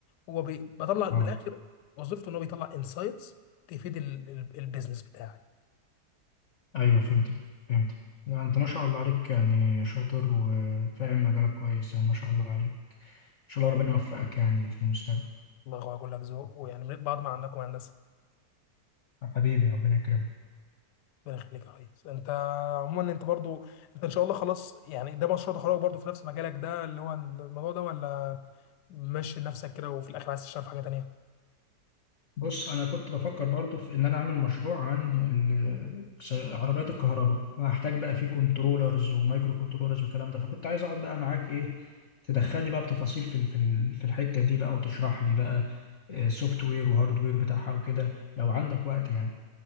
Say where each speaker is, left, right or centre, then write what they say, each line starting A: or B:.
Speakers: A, on the left; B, on the left.
A: هو بي- بطلع من
B: اه
A: الاخر وظيفته ان هو بيطلع انسايتس تفيد ال- ال- البيزنس بتاعي
B: ايوه فهمتك فهمتك لا انت ما شاء الله عليك يعني شاطر وفاهم مجالك كويس يعني ما شاء الله عليك ان شاء الله ربنا يوفقك يعني في المستقبل
A: الله هو يقول لك ذوق ويعني من بعض ما عندكم يا هندسه
B: حبيبي ربنا يكرمك
A: ربنا يخليك يا ريس انت عموما انت برضو انت ان شاء الله خلاص يعني ده مشروع تخرجك برضو في نفس مجالك ده اللي هو الموضوع ده ولا ماشي نفسك كده وفي الاخر عايز تشتغل في حاجه تانيه
B: بص انا كنت بفكر برضو في ان انا اعمل مشروع عن ال- ش- عربيات الكهرباء وهحتاج بقى فيه كنترولرز ومايكرو كنترولرز والكلام ده فكنت عايز اقعد بقى معاك ايه تدخلني بقى بتفاصيل في ال- في ال- في الحتة دي بقى وتشرح لي بقى سوفت وير وهارد وير بتاعها وكده لو عندك وقت يعني